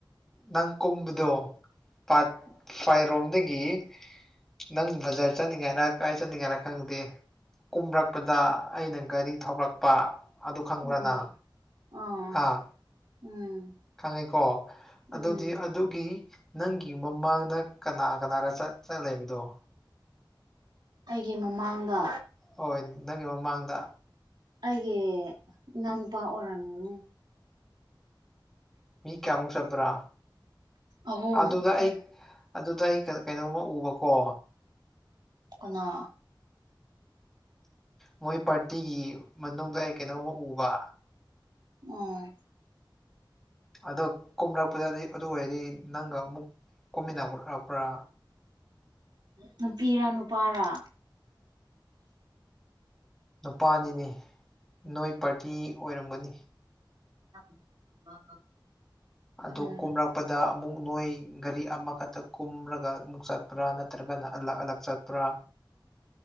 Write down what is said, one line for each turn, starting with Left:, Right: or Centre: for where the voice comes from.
Centre: ꯅꯪ ꯀꯨꯝꯕꯗꯣ ꯄꯥꯠ ꯐꯥꯏꯔꯣꯝꯗꯒꯤ ꯅꯪ ꯕꯖꯥꯔ ꯆꯠꯅꯤꯡꯉꯥꯏꯅ ꯀꯥꯏ ꯆꯠꯅꯤꯡꯉꯥꯏꯅ ꯈꯪꯗꯦ ꯀꯨꯝꯔꯛꯄꯗ ꯑꯩꯅ ꯒꯥꯔꯤ ꯊꯧꯂꯛꯄ ꯑꯗꯨ ꯈꯪꯕ꯭ꯔꯥꯅ
Right: ꯑꯣ ꯑꯣ
Centre: ꯍꯥꯥ
Right: ꯎꯝ
Centre: ꯈꯪꯉꯦꯀꯣ
Right: ꯎꯝ
Centre: ꯑꯗꯨꯗꯤ ꯑꯗꯨꯒꯤ ꯅꯪꯒꯤ ꯃꯃꯥꯡꯗ ꯀꯅꯥ ꯀꯅꯥꯔ ꯆꯠ ꯆꯂꯕꯗꯣ
Right: ꯑꯩꯒꯤ ꯃꯃꯥꯡꯗ
Centre: ꯍꯣꯏ ꯅꯪꯒꯤ ꯃꯃꯥꯡꯗ
Right: ꯑꯩꯒꯤ ꯏꯅꯥꯎꯅꯨꯄꯥ ꯑꯣꯏꯔꯝꯃꯤꯅꯦ
Centre: ꯃꯤ ꯀꯌꯥꯃꯨꯛ ꯆꯠꯄ꯭ꯔꯥ
Right: ꯑꯍꯨꯝ
Centre: ꯑꯗꯨꯗ ꯑꯩ ꯑꯗꯨꯗ ꯑꯩ ꯀꯩꯅꯣꯝꯃ ꯎꯕꯀꯣ
Right: ꯀꯅꯥ
Centre: ꯃꯣꯏ ꯄꯥꯔꯇꯤꯒꯤ ꯃꯅꯨꯡꯗ ꯑꯩ ꯀꯩꯅꯣꯝꯕ ꯎꯕ
Right: ꯑꯣ
Centre: ꯑꯗꯣ ꯀꯣꯝꯂꯔꯛꯄꯗꯗꯤ ꯑꯗꯨ ꯑꯣꯏꯔꯗꯤ ꯅꯪꯒ ꯑꯃꯨꯛ ꯀꯣꯝꯃꯤꯟꯅ ꯎꯠꯂꯛꯄ꯭ꯔꯥ
Right: ꯅꯨꯄꯤꯔ ꯅꯨꯄꯥꯔ
Centre: ꯅꯨꯄꯥꯅꯤꯅꯦ ꯅꯣꯏ ꯄꯥꯔꯇꯤ ꯑꯣꯏꯔꯝꯒꯅꯤ
Right: <unintelligible>
Centre: ꯑꯗꯨ
Right: ꯎꯝ
Centre: ꯀꯨꯝꯔꯥ ꯆꯠꯄꯗ ꯑꯃꯨꯛ ꯅꯣꯏ ꯒꯥꯔꯤ ꯑꯃꯈꯛꯇ ꯀꯨꯝꯔꯒ ꯑꯃꯨꯛ ꯆꯠꯄ꯭ꯔꯥ ꯅꯠꯇ꯭ꯔꯒꯅ ꯑꯂꯛ ꯑꯂꯛ ꯆꯠꯄ꯭ꯔꯥ